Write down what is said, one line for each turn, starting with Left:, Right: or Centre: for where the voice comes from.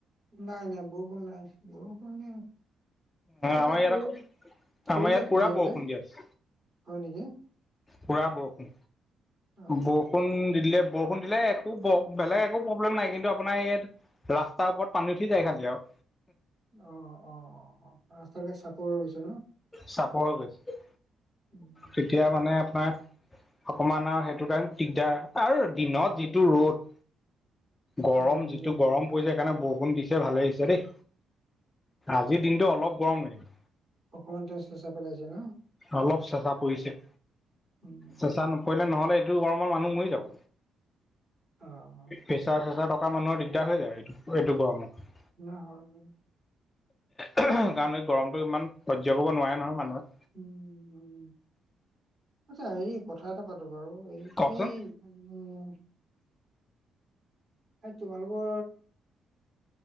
Right: নাই নাই বক নাই আ ব ক ন এ
Left: আমাৰ
Right: যাক
Left: ইয়াত
Right: ফুৰিলে
Left: আকৌ আমাৰ ইয়াত পুৰা
Right: সন্ধিয়াতে
Left: বৰষুণ
Right: হয়
Left: দি আছে
Right: নেকি?
Left: পুৰা বৰষুণ
Right: অ
Left: বৰষুণ দিলে বৰষুণ দিলে একো বেলেগ একো প্ৰব্লেম নাই কিন্তু আপোনাৰ ইয়াত ৰাস্তাৰ ওপৰত পানী উঠি যায় খালী আৰু
Right: অ, ' অ, ' অ, ' অ, 'ৰাস্তা বিিলাক চাপৰ পিছ ন'
Left: চাপৰ গৈছে
Right: উম
Left: তেতিয়া মানে আপোনাৰ অকমান আৰু সেইটো কাৰণে দিগদাৰ আৰু দিনত যিটো ৰ'দ গৰম
Right: উম
Left: যিটো গৰম পৰিছে সেইকাৰণে বৰষুণ দিছে ভালে আহিছে দেই আজিৰ দিনটো অলপ গৰম হ
Right: অমান চে চা পেলাইছে ন
Left: অলপ চেচা পৰিছে।
Right: উম
Left: চেঁচা নপৰিলে নহলে এইটো গৰমৰ মানুহ মৰি যাব।
Right: অ অ
Left: পেচাৰ চেচা থকা মানুহৰ দিগদাৰ হৈ যায় এইটো এইটো গৰমত।
Right: নহগৈ <unintelligible>
Left: কাৰণ এই গৰমতটো ইমান সহ্য কৰিব নোৱাৰে নহয় মানুহে।
Right: উম উম, আচ্ছা হেৰি কথা এটা পাতো বাৰু এই
Left: কওকচোন
Right: এই উম এই তোমালোকৰ